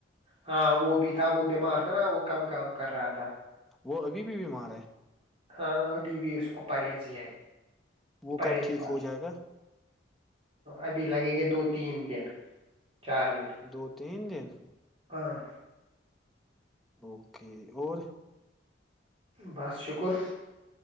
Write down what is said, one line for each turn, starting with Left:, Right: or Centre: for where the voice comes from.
Right: ہاں وہ بھی تھا وہ بیمار تھا نا وہ کم کام کر رہا تھا
Centre: وہ ابھی بھی بیمار ہے
Right: ہاں ابھی بھی اس کو پارحیضی ہے
Centre: وہ
Right: پرہیزگار
Centre: کب ٹھیک ہو جائے گا
Right: ابھی لگیں گے دو تین دن چار دن
Centre: دو تین دن
Right: ہاں
Centre: اوکے اور
Right: بس شکر